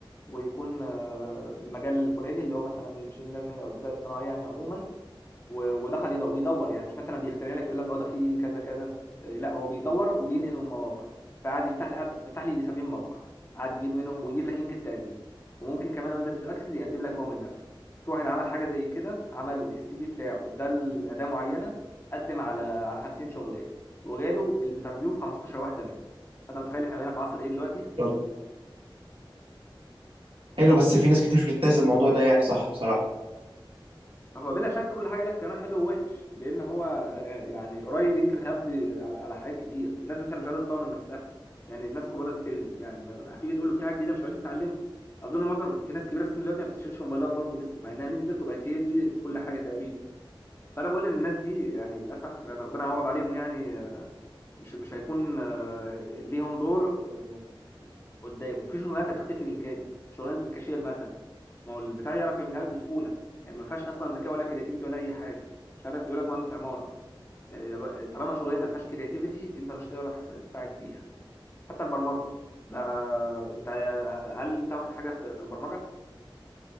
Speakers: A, on the left; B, on the right.
A: ويكون آه، في المجال الفلاني اللي هو مثلا الماشين ليرنينج او الذكاء الاصطناعي يعني عموما و- ودخل يدور بيدور يعني مش مثلا بيخترع لك يقول لك اه ده في كذا كذا إيه، لا هو بيدور وبينقل من مواقع فقعد يفتح لي أب- فتح لي يجي 70 موقع قعد يجيب منهم ويجيب لك لينك التقديم وممكن كمان وانت بتدي اكسس يقدم لك هو من نفسه في واحد عمل حاجه زي كده عمل السي في بتاعه اداه اداه معينه قدم على على 50 شغلانه وجاله الانترفيو في 15 واحده منهم فانت متخيل احنا بقينا في عصر ايه دلوقتي
B: يلا حلو بس في ناس كتير مش بتنتهز الموضوع ده يعني صح بصراحة
A: هو بلا شك كل حاجه لها استعمال حلو ووحش لان هو يعني قريب يمكن هيقضي على على حاجات كتير الناس مثلا مش قادره تطور من نفسها يعني الناس كبار السن يعني ما- هتيجي تقول له في حاجه جديده مش عايز يتعلمها اظن معظم في ناس كبيره في السن دلوقتي ما بتشيلش موبايلات برضه لسه مع انها نزلت وبقت هي دي كل حاجه تقريبا فانا بقول ان الناس دي يعني للاسف يعني ربنا يعوض عليهم يعني مش مش هيكون آه، ليهم دور آه، قدام وفي شغلانات هتختفي بالكامل شغلانه الكاشير مثلا ما هو البتاع يعرف يعملها لك بسهوله يعني ما فيهاش اصلا ذكاء ولا كرياتيفيتي ولا اي حاجه مش عارف يقول لك مهندس عماره آه، ر- آه، طالما شغلانه ما فيهاش كرياتيفيتي انت مش هتعرف تساعد فيها حتى البرمجه ده انت هل انت واخد حاجه في في البرمجه